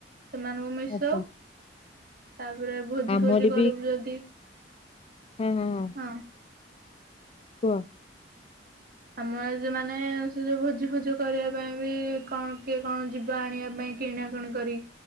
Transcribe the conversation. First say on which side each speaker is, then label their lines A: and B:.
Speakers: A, on the right (about 55°); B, on the left (about 35°).
A: ସେମାନଙ୍କୁ ମିଶାଉ
B: ଆଚ୍ଛା
A: ତାପରେ ଭୋଜି
B: ଆମର
A: ଫୋଜି କରିବୁ ଯଦି
B: ହୋ ହୋ ହୋ
A: ହଁ
B: କୁହ?
A: ଆମର ଯଉ ମାନେ ସେ ଯୋଉ ଭୋଜି ଫୋଜି କରିବା ପାଇଁ ବି କଣ କିଏ କଣ ଯିବା ଆଣିବା ପାଇଁ। କିଣାକିଣି କରି